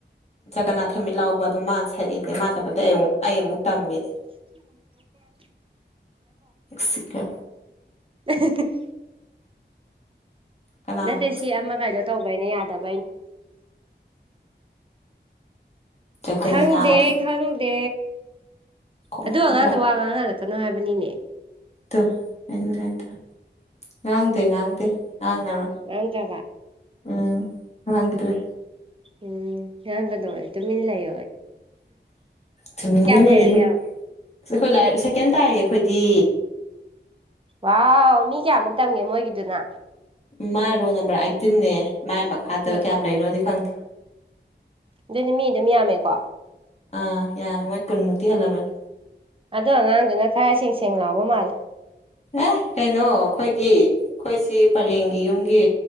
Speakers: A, on the left; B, on the right.
A: ꯖꯒꯅꯥꯠ ꯊꯃꯤꯠ ꯂꯥꯎꯕ ꯑꯗꯨꯝ ꯃꯥ ꯁꯛꯏꯅꯦ ꯃꯥ ꯁꯛꯄꯗ ꯑꯩ ꯑꯃꯨꯛ ꯑꯩ ꯑꯃꯨꯛ ꯇꯝꯃꯤꯅꯦ
B: ꯎꯝ
A: ꯁꯤ ꯀ
B: <unintelligible>
A: ꯀꯅꯥꯅꯣ
B: ꯅꯠꯇꯦ ꯁꯤ ꯑꯃ ꯀꯩꯅꯣ ꯇꯧꯕꯩꯩꯅ ꯌꯥꯗꯕꯩꯩꯅ
A: ꯖꯒꯟꯅꯥꯊ
B: ꯈꯪꯗꯦ ꯈꯪꯗꯦ
A: ꯉꯥꯏꯈꯣ
B: ꯑꯗꯨ ꯑꯉꯥꯡꯗꯣ
A: ꯍꯣꯏ
B: ꯋꯥ ꯉꯥꯡ ꯉꯜꯂꯛꯀꯅꯣ ꯍꯥꯏꯕꯅꯤꯅꯦ
A: ꯑꯣ ꯍꯥꯏꯩꯅ ꯍꯥꯏ ꯇꯔꯦ ꯉꯥꯡꯗꯦ ꯉꯥꯡꯗꯦ ꯉꯥꯡꯉꯔꯣꯏ
B: ꯂꯥꯟꯖꯕ
A: ꯎꯝ ꯍꯗ꯭ꯔꯦ
B: ꯎꯝ ꯌꯥ ꯀꯩꯅꯣ ꯇꯨꯃꯤ ꯂꯏ
A: ꯇꯨꯃꯤꯟꯅ ꯂꯩꯌꯨ
B: ꯍꯩꯔꯒꯦ ꯌꯦꯡꯉꯣ
A: ꯑꯩꯈꯣꯏ ꯂꯥꯏꯔꯤ ꯁꯦꯀꯦꯟ ꯇꯥꯏꯌꯦ ꯑꯩꯈꯣꯏꯗꯤ
B: ꯋꯥꯁ ꯃꯤ ꯀꯌꯥꯃꯨꯛ ꯇꯝꯒꯦ ꯃꯣꯏꯒꯤꯗꯨꯅ
A: ꯃꯥ ꯔꯣꯜ ꯅꯝꯕꯔ ꯑꯥꯏꯇꯤꯟꯅꯦ ꯃꯥꯏ ꯃꯈꯥꯗ
B: ꯎꯝ
A: ꯀꯌꯥꯝ ꯂꯩꯔꯤꯅꯣꯗꯤ ꯈꯪꯗꯦ
B: ꯑꯗꯨꯅꯤ ꯃꯤ ꯑꯗꯨꯝ ꯌꯥꯝꯃꯦꯀꯣ
A: ꯑꯥ ꯌꯥꯔꯦ ꯃꯣꯏ ꯀꯨꯟꯃꯨꯛꯇꯤ ꯍꯦꯜꯂꯝꯃꯅꯤ
B: ꯑꯗꯣ ꯑꯉꯥꯡꯗꯨꯅ ꯈꯔ ꯁꯦꯡ ꯁꯦꯡ ꯂꯥꯎꯕ ꯃꯥꯜꯂꯦ
A: ꯑꯦ ꯀꯩꯅꯣ ꯑꯩꯈꯣꯏꯒꯤ ꯑꯩꯈꯣꯏꯁꯤ ꯄꯔꯦꯡꯒꯤ ꯌꯨꯝꯒꯤ